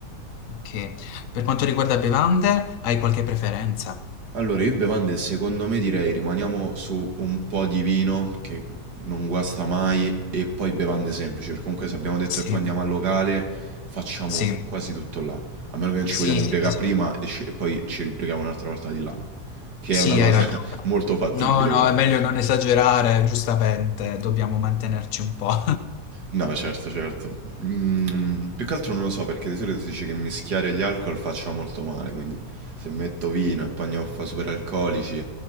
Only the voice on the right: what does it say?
Allora, io bevande secondo me direi rimaniamo su un po' di vino che non guasta mai e poi bevande semplici, perché comunque se abbiamo detto
che poi andiamo al locale facciamo
quasi tutto là, a meno che non ci
vogliamo
ubriacare
prima e, sce- e poi ci ubriachiamo un'altra volta di là, che
è una cosa
<laughs> molto fattibile
comunque.
No, certo, certo. Mm, più che altro non lo so perché di solito si dice che mischiare gli alcol faccia molto male, quindi se metto vino e pagnotta superalcolici,